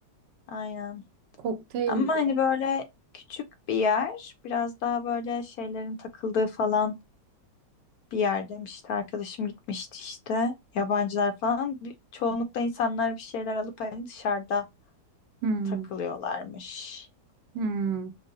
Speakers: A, on the left (about 65°); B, on the right (about 80°).
A: Aynen.
B: Kokteyl.
A: Ama
B: mi?
A: hani böyle küçük bir yer, biraz daha böyle şeylerin takıldığı falan bir yer demişti. Arkadaşım gitmişti işte. Yabancılar falan. Bir- Çoğunlukla insanlar bir şeyler alıp hani dışarıda
B: Hmm.
A: takılıyorlarmış.
B: Hmm.